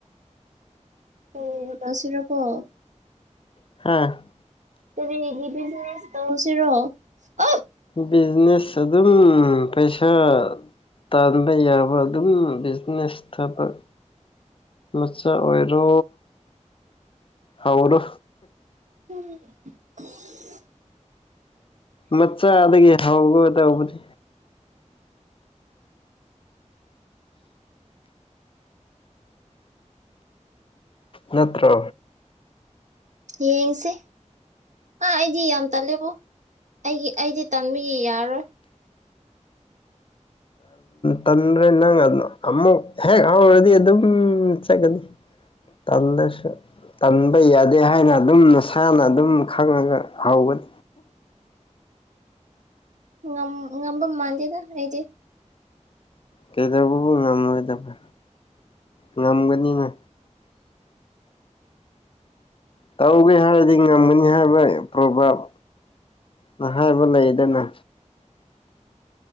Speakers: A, on the right; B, on the left.
A: <unintelligible>
B: ꯍꯥꯥ
A: <unintelligible>
B: ꯕꯤꯖꯤꯅꯦꯁ ꯑꯗꯨꯝ ꯄꯩꯁꯥ ꯇꯥꯟꯕ ꯌꯥꯕ ꯑꯗꯨꯝ ꯕꯤꯖꯤꯅꯦꯁ ꯊꯕꯛ ꯃꯆꯥ ꯑꯣꯏꯔꯣ ꯍꯧꯔꯣ
A: ꯑꯁ
B: ꯃꯆꯥꯗꯒꯤ ꯍꯧꯒꯗꯧꯕꯅꯤ ꯅꯠꯇ꯭ꯔꯣ
A: ꯌꯦꯡꯁꯦ ꯑꯥ ꯑꯩꯗꯤ ꯌꯥꯝ ꯇꯜꯂꯦꯕꯣ ꯑꯩꯒꯤ ꯑꯩꯗꯤ ꯇꯟꯕꯒꯤ ꯌꯥꯔꯣꯏ <unintelligible>
B: ꯇꯟꯗ꯭ꯔꯦ ꯅꯪ ꯑꯗꯨꯅ ꯑꯃꯨꯛ ꯍꯦꯛ ꯍꯥꯎꯔꯗꯤ ꯑꯗꯨꯝ ꯆꯠꯀꯅꯤ ꯇꯜꯂꯁꯨ ꯇꯟꯕ ꯌꯥꯗꯦ ꯍꯥꯏꯅ ꯑꯗꯨꯝ ꯅꯁꯥꯅ ꯑꯗꯨꯝ ꯈꯪꯉꯒ ꯍꯧꯒꯅꯤ
A: ꯉꯝ ꯉꯝꯕ ꯃꯥꯟꯗꯦꯗ ꯑꯩꯗꯤ
B: ꯀꯩꯗꯧꯕꯒꯤ ꯉꯝꯃꯣꯏꯗꯕ ꯉꯝꯒꯅꯤꯅꯦ ꯇꯧꯒꯦ ꯍꯥꯏꯔꯗꯤ ꯉꯝꯃꯅꯤ ꯍꯥꯏꯕ ꯄ꯭ꯔꯣꯚꯥꯞ ꯅ ꯍꯥꯏꯕ ꯂꯩꯗꯅ